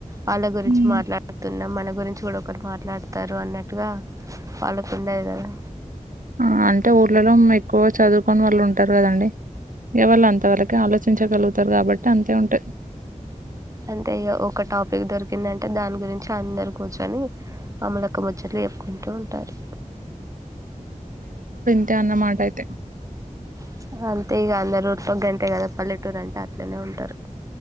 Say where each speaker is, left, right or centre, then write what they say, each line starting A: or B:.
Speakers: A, on the right (about 25°); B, on the right (about 85°).
A: వాళ్ళ గురించి
B: ఉమ్.
A: మాట్లాడుతున్నాం మ ళ్ళ గురించి కూడా ఒకరు మాట్లాడుతారు అన్నట్టుగా వాళ్ళకుండది కదా
B: ఆ అంటే ఊర్లలో ఉన్నయి కో చదువుకొని వాళ్ళు ఉంటారు కదండి ఈ వాళ్ళు అంతవరకే ఆలోచించగలుగుతారు కాబట్టి అంతే ఉంటాయి
A: అంతే ఇగ ఒక టాపిక్ దొరికిందంటే దాని గురించి అందరూ కూర్చొని అమ్మలక్క ముచ్చట్లు చెప్పుకుంటూ ఉంటారు
B: తే అన్నమాటైతే
A: ప్చ్ అరంత్ తే ఇగ అందరూ పగ్గ్ అంతే కదా పల్లెటూరు అంటే అట్లనే ఉంటారు.